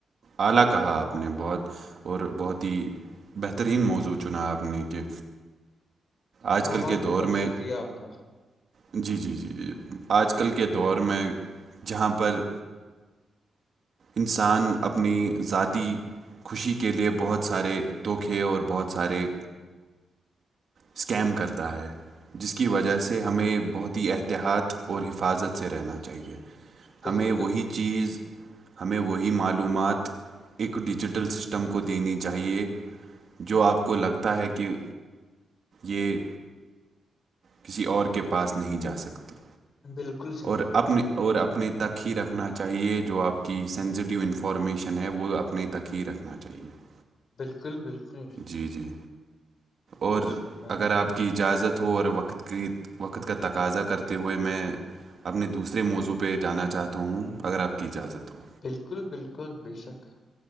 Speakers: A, on the right; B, on the left.
A: <unintelligible> <unintelligible> اور بہت ہی بہترین موضوع چنا آپ نے کہ آج
B: بہت
A: کل کے دور
B: بہت
A: میں
B: شکریہ آپ کا
A: جی جی جی جی آج کل کے دور میں جہاں پر انسان اپنی ذاتی خوشی کے لیے بہت سارے دھوکے اور بہت سارے اسکیم کرتا ہے <unintelligible> جس کی وجہ سے ہمیں بہت ہی احتیاط اور حفاظت سے رہنا چاہیے
B: بالکل
A: ہمیں وہی چیز <unintelligible> ہمیں وہی معلومات ایک ڈیجیٹل سسٹم کو دینی چاہیے جو آپ کو لگتا ہے کہ یہ کسی اور کے پاس نہیں جا سکتی
B: بالکل صحیح
A: اور اپنے اور اپنے تک ہی رکھنا چاہیے جو آپ کی سینسیٹیو انفارمیشن ہے وہ اپنے <unintelligible> تک ہی رکھنا چاہیے <unintelligible>
B: بالکل بالکل
A: جی جی اور
B: درست فرمایا
A: اگر آپ
B: نے
A: کی <unintelligible> اجازت ہو اور وقت کی وقت کا تقاضا کرتے ہوئے میں اپنی <unintelligible> دوسرے موضوع پہ جانا چاہتا ہوں اگر آپ کی اجازت ہو
B: بالکل بالکل بے شک <unintelligible>